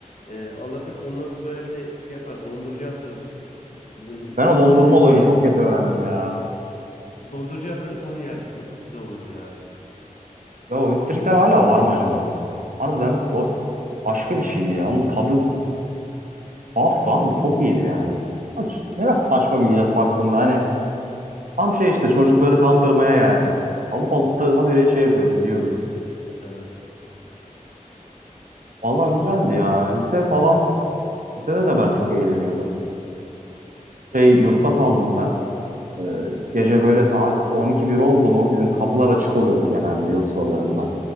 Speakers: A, on the left; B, on the right.
A: e, alırdık. Onu böyle bir de şey yapardık. Dondurucu attırdık. Bizim
B: Ben
A: bak
B: o dondurma
A: e, şeye.
B: olayını çok geç öğrendim ya.
A: Dondurucu attırdık onu yerdik. O çok güzel olurdu ya.
B: Ya o hütteciler hala var mı acaba? Harbiden o başka bir şeydi ya. Onun tadı tuhaf tamam mı? Çok iyiydi yani. Ha, Ne kadar saçma bir icat baktığında hani tam şey işte çocukları kandırmaya yani. Alıp alıp da habire şey yapıyorduk, yiyorduk.
A: Evet.
B: Vallahi güzeldi ya. Lise falan, lisede de ben çok eğleniyordum. Şey yurtta kaldım ben. Ee, gece böyle saat 12-1 oldu mu bizim kapılar açık oluyordu genelde yurt odalarında.